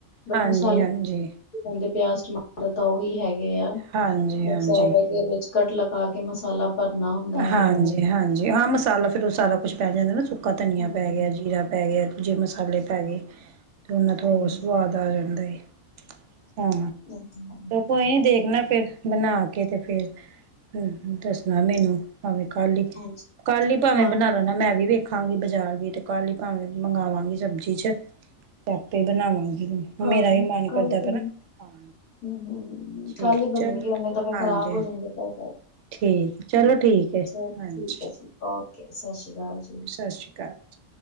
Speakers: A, on the left; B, on the right.
A: ਬਟ
B: ਹਾਂਜੀ
A: ਮਸਾਲ
B: ਹਾਂਜੀ
A: ਦੇ ਪਿਆਜ, ਟਮਾਟਰ ਤਾਂ ਓਹੀ ਹੈਗੇ ਆ।
B: ਹਾਂਜੀ
A: ਬਸ
B: ਹਾਂਜੀ
A: ਵਿੱਚ ਕੱਟ ਲਗਾ ਕੇ ਮਸਾਲਾ ਭਰਨਾ ਹੁੰਦਾ
B: ਹਾਂਜੀ
A: ਹੈਗਾ ਆ।
B: ਹਾਂਜੀ, ਹਾਂ ਮਸਾਲਾ ਜਦੋ ਸਾਰਾ ਕੁੱਛ ਪੈ ਜਂਦਾ ਨਾ ਸੁੱਕਾ ਧਨੀਆ
A: ਹਮ,
B: ਪੈ ਗਿਆ, ਜੀਰਾ ਪੈ ਗਿਆ, ਦੂਜੇ ਮਸਾਲੇ ਪੈ ਗੇ। ਤੇ ਓਨਾ ਤੋਂ
A: ਹਮ,
B: ਹੋਰ ਸਵਾਦ ਆ ਜਾਂਦਾ ਏ, ਹਾਂ।
A: ਇਹ ਤਾਂ ਹੈ।
B: ਕੋਈ ਨੀ ਦੇਖਣਾ ਫੇਰ ਬਣਾ ਕੇ, ਤੇ ਫੇਰ ਹ ਦੱਸਣਾ ਮੈਨੂੰ। ਪਾਵੇ ਕੱਲ ਈ,
A: ਹਾਂਜੀ
B: ਕੱਲ ਈ ਪਾਵੇ
A: ਹਾਂ
B: ਬਣਾ ਲੈਣਾ ਮੈਂ ਵੀ ਵੇਖ ਖਾਂਗੀ ਬਜ਼ਾਰ ਵੀ, ਤੇ ਕੱਲ ਈ ਪਾਵੇ ਮੰਗਵਾਂਗੀ ਸਬਜ਼ੀ 'ਚ। ਤੇ ਆਪੇ ਈ ਬਣਾਵਾਂਗੀ ਹੁਣ,
A: ਹਾਂ
B: ਮੇਰਾ ਵੀ ਮਨ
A: ਕੱਲ
B: ਕਰਦਾ
A: ਤਾਂ
B: ਪਿਆ ਨਾ ਖਾਣ
A: ਹਮ ਹਮ
B: ਠੀਕ
A: ਕੱਲ ਹੀ ਬਣਨਗੇ
B: ਚਲ,
A: ਉਹਨੇ ਤਾਂ ਫਿਰ
B: ਹਾਂਜੀ
A: ਖਰਾਬ ਹੋ ਜਾਣਗੇ ਪੈਸੇ
B: ਠੀਕ। ਚਲੋ
A: ਹਮ
B: ਠੀਕ ਏ,
A: ਚਲ
B: ਹਾਂਜੀ।
A: ਠੀਕ ਹੈ ਓਕੇ, ਸਸ ਸ਼੍ਰੀਕਾਲ ਜੀ।
B: ਸਸ਼੍ਰੀਕਾਲ ਜੀ।